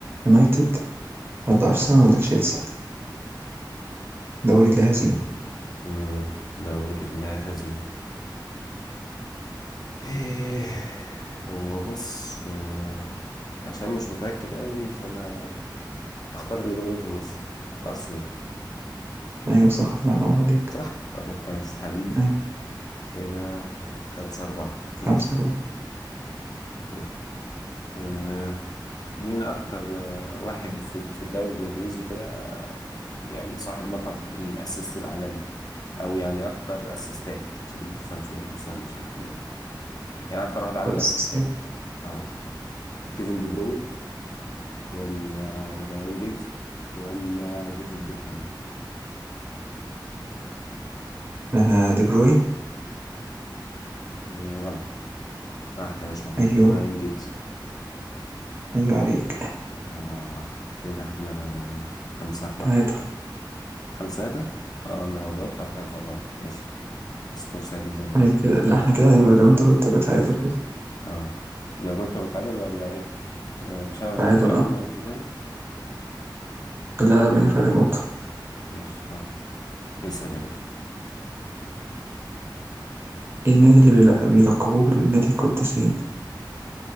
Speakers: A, on the right (about 30°); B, on the left (about 55°).
A: يونايتد ولا أرسنال ولا تشيلسي دوري لا هزيمة
B: طيب مم. دوري اللا هزيمة إيه، هو بص آه، عشان مش متأكد قوي فأنا هختار الإجابة اللي في النص أرسنال
A: أيوة صح الله ينور عليك
B: صح؟ طيب كويس حبيب
A: أيوة
B: كده خمسة أربعة
A: خمسة
B: ماشي
A: أربعة
B: طيب آه، مين أكتر آه، واحد في في الدوري الإنجليزي كده يعني صاحب لقب الأسيست العالمي أو يعني أكتر أسيستات عشان ما تفهمش برضه السؤال بشكل يعني أكتر واحد عامل
A: الأساسيات
B: أسيستات أه كيفن دي بروين ولا رايان جيجز ولا ديفيد بيكهام
A: آه دي بروين
B: إيه، غلط راحت يا باشا عليك
A: أيوه
B: رايان جيجز
A: أيوه عليك
B: آه كده احنا خمسة أربعة
A: تعادل
B: خمسة ثلاثة اه أنا لو جاوبت هبقى خمسة أربعة ماشي السكور ثابت زي ما
A: أيوة
B: هو
A: كده لا احنا كده هنبقى لو انت كنت تبقى تعادل كده
B: اه لو جاوبت بتعادل ولا إيه؟ آه مش أنا أنت
A: تعادل
B: فارق عني
A: اه
B: نقطتين
A: لا لا بين فرق نقطة
B: ماشي طيب اسأل يا باشا
A: إيه النادي اللي بيلق- بيلقبوه بالنادي القديسين